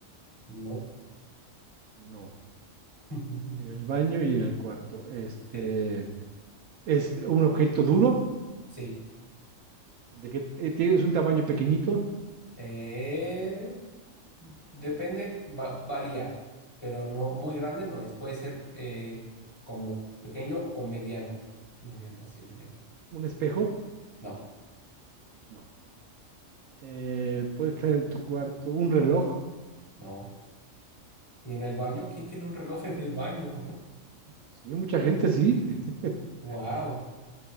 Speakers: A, on the left; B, on the right.
A: no.
B: No.
A: <laughs>
B: En el baño y en el cuarto. Este,
A: Sí,
B: es un objeto duro,
A: sí.
B: de que eh, tiene- es un tamaño pequeñito,
A: Eh, Depende, va- varía, pero no muy grande no es. Puede ser eh, como pequeño o mediano. Mediano, sí, mediano.
B: un espejo.
A: No,
B: No. Eh, puede estar en tu cuarto, un reloj.
A: no. ¿Y en el baño? ¿Quién tiene un reloj en el baño?
B: Sí, mucha gente sí. <laughs>
A: <laughs> Wow.